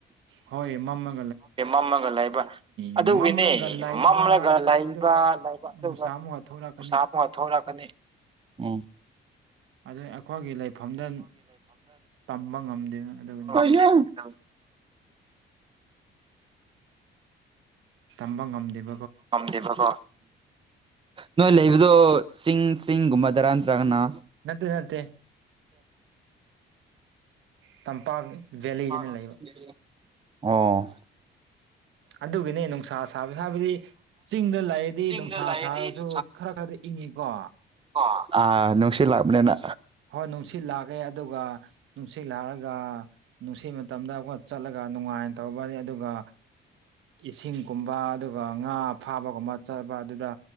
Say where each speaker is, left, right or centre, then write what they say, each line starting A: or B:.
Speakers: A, on the right (about 80°); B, on the right (about 25°).
A: ꯍꯣꯏ ꯃꯝꯃꯦ__
B: ꯑꯣꯗꯨꯒꯤꯅꯦ ꯃꯝꯂꯒ ꯂꯩꯕ
A: ꯃꯝꯂꯒ
B: ꯑꯗꯨꯒꯤꯅꯦ
A: ꯂꯩꯕ
B: ꯃꯝꯂꯒ ꯂꯩꯕ
A: ꯑꯗꯨꯒ
B: ꯂꯩꯕ ꯑꯗꯨꯒ
A: ꯅꯨꯡꯁꯥ ꯑꯃꯨꯛꯀ ꯊꯣꯛꯂꯛꯀꯅꯤ
B: ꯅꯨꯡꯁꯥ ꯑꯃꯨꯛꯒ ꯊꯣꯔꯛꯀꯅꯤ ꯎꯝ
A: ꯑꯗꯨ ꯑꯩꯈꯣꯏꯒꯤ ꯂꯩꯐꯝꯗ ꯇꯝꯕ ꯉꯝꯗꯦꯅ ꯑꯗꯨꯅꯤ
B: ꯍ
A: ꯇꯝꯕ ꯉꯝꯗꯦꯕ
B: ꯉꯝꯗꯦꯕꯀꯣ ꯅꯣꯏ ꯂꯩꯕꯗꯣ ꯆꯤꯡ ꯆꯤꯡꯒꯨꯝꯕꯗꯔ ꯅꯠꯇ꯭ꯔꯒꯅ
A: ꯅꯠꯇꯦ ꯅꯠꯇꯦ ꯇꯝꯄꯥꯛ ꯚꯦꯂꯤꯗꯅ
B: <unintelligible>
A: ꯂꯩꯕ
B: ꯑꯣ
A: ꯑꯗꯨꯒꯤꯅꯤ ꯅꯨꯡꯁꯥ ꯁꯥꯕ ꯍꯥꯏꯕꯗꯤ ꯆꯤꯡꯗ ꯂꯩꯔꯗꯤ
B: ꯆꯤꯡꯗ
A: ꯅꯨꯡꯁꯥ
B: ꯂꯩꯔꯗꯤ
A: ꯁꯥꯔꯁꯨ ꯈꯔ ꯈꯔꯗꯤ ꯏꯪꯉꯤꯀꯣ
B: ꯑꯣ ꯑ ꯅꯨꯡꯁꯤꯠ ꯂ꯭ꯥꯛꯕꯅꯦꯅ
A: ꯍꯣ ꯅꯨꯡꯁꯤꯠ ꯂꯥꯛꯔꯦ ꯑꯗꯨꯒ ꯅꯨꯡꯁꯤꯠ ꯂꯥꯔꯒ ꯅꯨꯡꯁꯤꯠ ꯃꯇꯝꯗ ꯑꯩꯈꯣꯏ ꯆꯠꯂꯒ ꯅꯨꯡꯉꯥꯏꯅ ꯇꯧꯕꯅꯤ ꯑꯗꯨꯒ ꯏꯁꯤꯡꯒꯨꯝꯕ ꯑꯗꯨꯒ ꯉꯥ ꯐꯥꯕꯒꯨꯝꯕ ꯆꯠꯄ ꯑꯗꯨꯗ